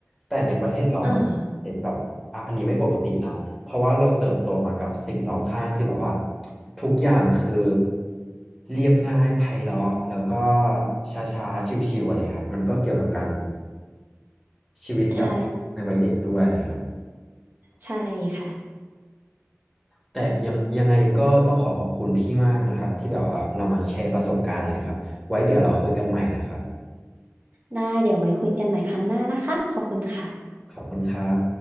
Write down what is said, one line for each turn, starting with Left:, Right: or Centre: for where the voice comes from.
Centre: แต่ในประเทศเรามันเห็นแบบอ่ะอันนี้ไม่ปกตินะ
Right: อ่า
Centre: เพราะว่าเราเติบโตมากับสิ่งรอบข้างที่แบบว่าทุกอย่างคือเรียบง่ายไพเราะแล้วก็ช้าๆชิวๆอะไรอย่างเงี้ยครับมันก็เกี่ยวกับการชีวิตแบบในวัยเด็กด้วยอะไรอย่างเงี้ยครับ
Right: ใช่ใช่ค่ะ
Centre: แต่ยังยังไงก็ต้องขอขอบคุณพี่มากนะครับที่แบบว่าเรามาแชร์ประสบการณ์อะไรครับไว้เดี๋ยวเราคุยกันใหม่นะครับ
Right: ได้เดี๋ยวไว้คุยกันใหม่ครั้งหน้านะคะขอบคุณค่ะ
Centre: ขอบคุณครับ